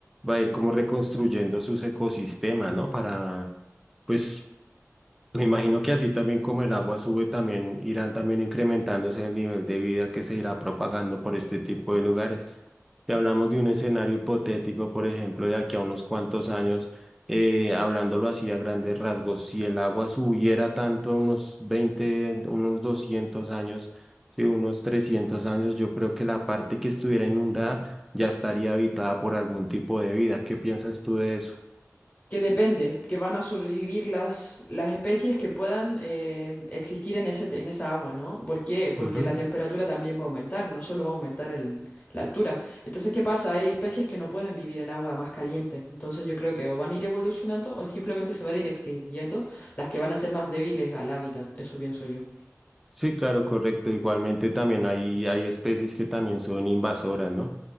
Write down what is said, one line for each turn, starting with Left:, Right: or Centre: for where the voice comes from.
Centre: va a ir como reconstruyendo sus ecosistemas, ¿no? Para, pues, me imagino que así también como el agua sube, también irán también incrementándose el nivel de vida que se irá propagando por este tipo de lugares. Si hablamos de un escenario hipotético, por ejemplo, de aquí a unos cuantos años, eh, hablándolo así a grandes rasgos, si el agua subiera tanto, unos 20, unos 200 años, Sí, unos 300 años, yo creo que la parte que estuviera inundada ya estaría habitada por algún tipo de vida. ¿Qué piensas tú de eso?
Left: Que depende, que van a sobrevivir las, las especies que puedan eh, existir en ese, te- en esa agua, ¿no? ¿Por qué? Porque
Centre: Ujú.
Left: la temperatura también va a aumentar, no solo va a aumentar el- la altura. Entonces, ¿qué pasa? Hay especies que no pueden vivir en agua más caliente. Entonces, yo creo que o van a ir evolucionando o simplemente se van a ir extinguiendo las que van a ser más débiles al hábitat, eso pienso yo.
Centre: Sí, claro, correcto. Igualmente también hay, hay especies que también son invasoras, ¿no?